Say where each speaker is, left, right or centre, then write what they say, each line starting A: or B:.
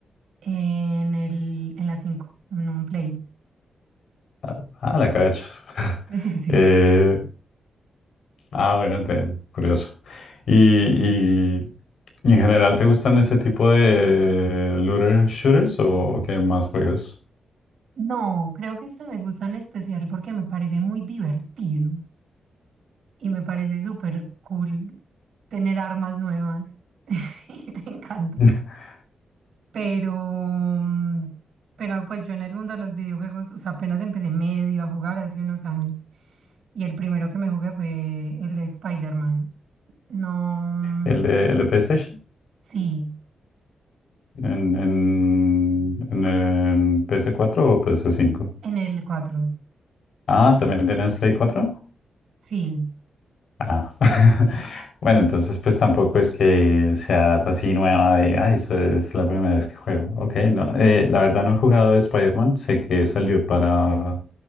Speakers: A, on the right; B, on the left.
A: En el, en la 5 en un play.
B: Ah, ah, la caracha. <laughs>
A: <laughs> Sí.
B: Eh, ah, bueno, te- curioso. Y, y, y en general te gustan ese tipo de looter shooters o qué más juegos?
A: No, creo que este me gusta en especial porque me parece muy divertido y me parece súper cool tener armas nuevas. <laughs> Me encanta.
B: <laughs>
A: Pero, mm, pero pues yo en el mundo de los videojuegos, o sea, apenas empecé medio a jugar hace unos años y el primero que me jugué fue el de Spider-Man. No, mm,
B: ¿El de, el de PlayStation?
A: sí,
B: ¿En, en, en, en en ps cuatro o ps cinco.
A: en el 4
B: Ah,
A: sí,
B: ¿también tenías Play cuatro.
A: sí.
B: Ah. <laughs> Bueno, entonces pues tampoco es que seas así nueva de, ah, eso es la primera vez que juego. Ok, no. eh, la verdad no he jugado Spider-Man, sé que salió para